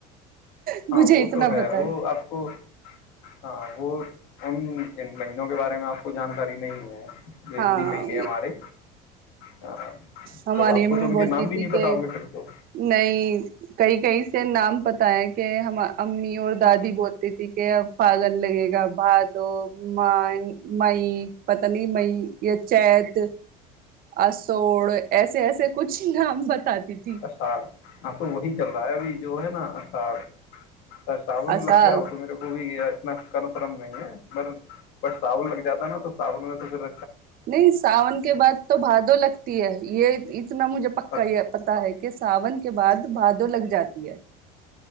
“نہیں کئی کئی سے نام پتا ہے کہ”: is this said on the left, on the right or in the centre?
Right